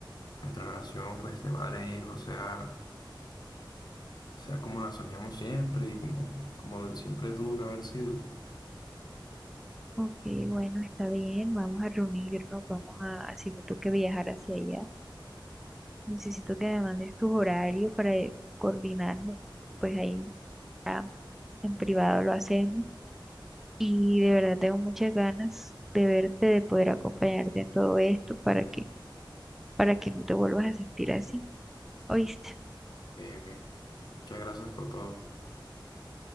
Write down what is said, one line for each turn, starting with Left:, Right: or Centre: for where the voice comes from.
Left: nuestra relación, pues de madre e hijo sea O sea, como la soñamos siempre y como, como siempre tuvo que haber sido. Ok,
Centre: Ok, bueno, está bien, vamos a reunirnos, vamos a, así me toque viajar hacia allá. Necesito que me mandes tus horarios para eh, coordinarnos, pues ahí ya en privado lo hacemos. Y de verdad tengo muchas ganas de verte, de poder acompañarte en todo esto para que, para que no te vuelvas a sentir así, ¿oíste?
Left: ok. Muchas gracias por todo. Nos